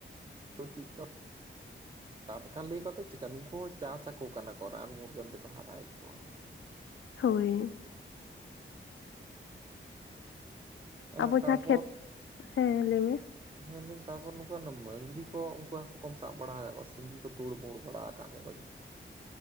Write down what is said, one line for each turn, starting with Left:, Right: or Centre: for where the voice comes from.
Right: ᱫᱚ ᱛᱤᱜ ᱛᱚᱢᱼᱼ ᱴᱟᱴᱠᱟ ᱞᱟᱹᱭ ᱠᱚᱛᱮ ᱪᱮᱠᱟ ᱱᱩᱠᱩ ᱦᱚᱸ ᱪᱟᱥ ᱟᱠᱚ ᱠᱟᱱᱟ ᱠᱚ ᱨᱟᱱ ᱢᱩᱨᱜᱟᱹᱱ ᱛᱮᱠᱚ ᱦᱟᱨᱟᱭᱮᱜ ᱠᱚᱣᱟ᱾
Left: ᱦᱳᱭ᱾
Right: ᱦᱮᱸ
Left: ᱟᱵᱚ ᱡᱟᱦᱟᱸ
Right: ᱛᱟᱨᱯᱚᱨᱼᱼ
Left: ᱠᱷᱮᱛ ᱦᱮᱸ ᱞᱟᱹᱭ ᱢᱮ
Right: ᱢᱮᱱ ᱫᱟᱹᱧ ᱛᱟᱨᱯᱚᱨ ᱱᱩᱠᱩ ᱚᱱᱮ ᱢᱟᱹᱝᱜᱽᱨᱤ ᱠᱚ ᱩᱱᱠᱩ ᱦᱟᱠᱚ ᱠᱚᱢ ᱥᱟᱵ ᱵᱟᱲᱟ ᱟᱠᱟᱜ ᱠᱚᱣᱟ ᱥᱤᱝᱜᱤ ᱠᱚ ᱛᱩᱲ ᱵᱩᱲ ᱵᱟᱲᱟ ᱟᱠᱟᱜ ᱢᱮᱭᱟ ᱠᱚ ᱪᱮᱛᱟ?